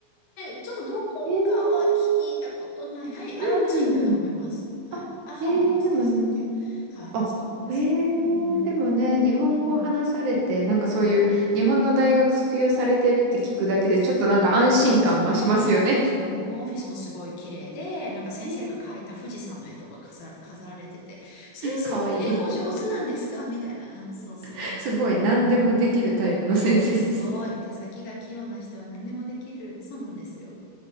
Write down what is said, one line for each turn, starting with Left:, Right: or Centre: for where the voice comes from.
Left: 系、ちょっとどこかは聞いたことない。
Right: えー、
Left: はい、アラブ人だと思います。
Right: うんうんうん。
Left: はい。
Right: あ、
Left: アハマド先生っていう。
Right: えー、でも、
Left: はい、
Right: あ、
Left: そうなんですよ。
Right: えー、
Left: うんうん。
Right: でもね、日本語話されて、
Left: うん。
Right: なんかそういう、
Left: はい。
Right: 日本の大学卒業されてるって聞くだけで、
Left: そうなんです。
Right: ちょっとなんか安心感増しますよね。
Left: そうなんです。そうなん、もうオフィスもすごい綺麗で、なんか先生が描いた富士山の絵とか飾ら、
Right: えー、
Left: 飾られてて、先生、
Right: かわいい。
Left: 絵も上手なんですかみたいな。うんそうそうなんです。
Right: <laughs> すごい、
Left: うん、
Right: 何でもできるタイプの先生ですね。
Left: 何でもね、すごい。手先が器用な人は何でもできる。そうなんですよ。